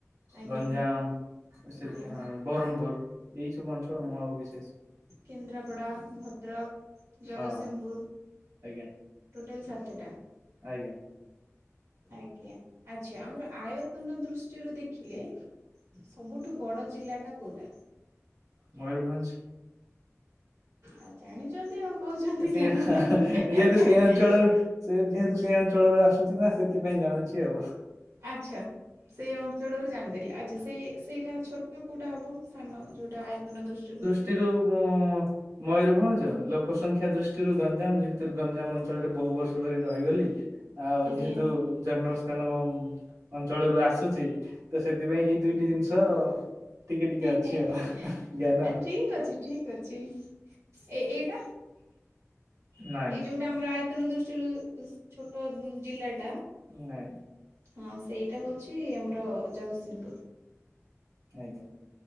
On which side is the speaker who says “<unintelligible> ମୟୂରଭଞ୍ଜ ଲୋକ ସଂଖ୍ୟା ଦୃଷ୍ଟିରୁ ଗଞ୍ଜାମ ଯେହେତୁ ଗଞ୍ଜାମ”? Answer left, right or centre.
Right